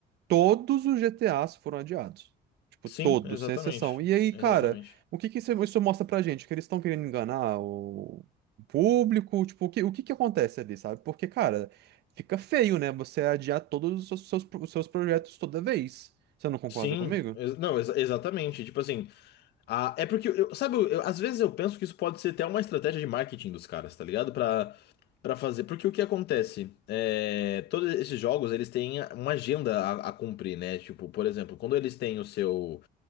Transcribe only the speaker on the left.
Sim,
exatamente.
Exatamente.
Sim,
ex- não, ex- exatamente. Tipo assim, a- é porque, eu, eu- sabe, eu- eu- às vezes eu penso que isso pode ser até uma estratégia de marketing dos caras, tá ligado? Pra, pra fazer. Porque o que acontece? É, todos esses jogos, eles têm uma agenda a, a cumprir, né? Tipo, por exemplo, quando eles têm o seu